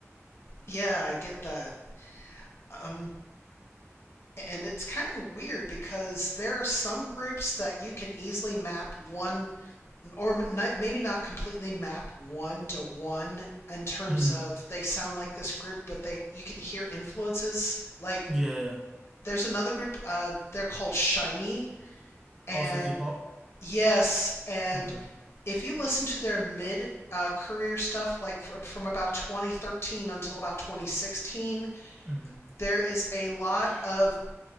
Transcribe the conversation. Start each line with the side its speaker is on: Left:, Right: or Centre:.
Left: Yeah, I get that. Um, and it's kind of weird because there are some groups that you can easily map one or maybe not completely map one to one in terms
Centre: Mm.
Left: of they sound like this group, but they you can hear influences. Like
Centre: Yeah.
Left: there's another group, uh, they're called Shiny, and
Centre: Also K-pop?
Left: yes, and
Centre: Okay.
Left: if you listen to their mid uh, career stuff, like from, from about 2013 until about 2016,
Centre: hmm
Left: there is a lot of